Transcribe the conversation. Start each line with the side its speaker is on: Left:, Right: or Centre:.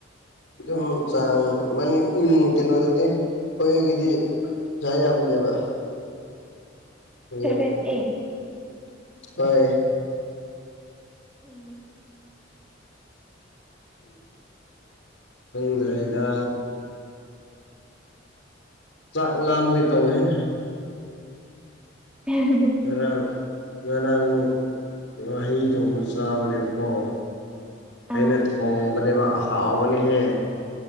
Left: ꯑꯗꯨꯝ ꯆꯥꯡ ꯃꯅꯤꯡꯒꯤ ꯀꯩꯅꯣꯗꯗꯤ ꯑꯩꯈꯣꯏꯒꯤꯗꯤ ꯆꯥ ꯌꯥꯝꯗꯦꯕ <unintelligible>
Centre: ꯁꯚꯦꯟ ꯑꯩꯠ
Left: ꯍꯣꯏ
Centre: ꯎꯝ
Left: ꯈꯪꯗ꯭ꯔꯦꯗ ꯆꯥꯛ ꯂꯥꯝꯒꯦ ꯇꯧꯋꯦꯍꯦ
Centre: <unintelligible>
Left: ꯉꯔꯥꯡ ꯉꯔꯥꯡ ꯉꯥꯍꯩ ꯊꯣꯡꯕ ꯆꯥꯕꯅꯦꯕꯀꯣ
Centre: ꯑꯥ
Left: ꯑꯩꯅ ꯊꯣꯡꯕꯅꯦꯕ ꯍꯥꯎꯕꯅꯦꯍꯦ